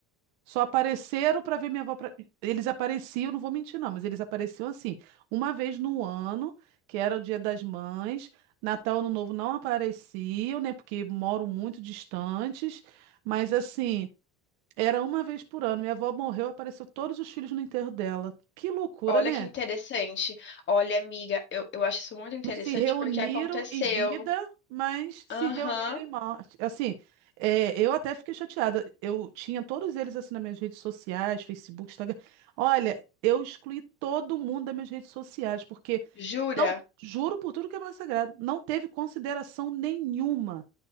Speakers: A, on the right (about 80°); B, on the left (about 30°).
A: Só apareceram para ver minha avó. pra- Eles apareciam, não vou mentir, não, mas eles apareciam assim, uma vez no ano, que era o Dia das Mães. Natal, Ano Novo não apareciam, né? Porque moram muito distantes. Mas assim, era uma vez por ano. Minha avó morreu, apareceu todos os filhos no enterro dela. Que loucura,
B: Olha
A: né?
B: que interessante. Olha, amiga, eu, eu acho isso muito interessante
A: não se reuniram
B: porque aconteceu.
A: em vida, mas se
B: Aham,
A: reuniram em morte. Assim, é, eu até fiquei chateada. Eu tinha todos eles assim nas minhas redes sociais, Facebook, Instagram. Olha, eu excluí todo mundo das minhas redes sociais, porque
B: jura?
A: não, juro por tudo que é mais sagrado, não teve consideração nenhuma.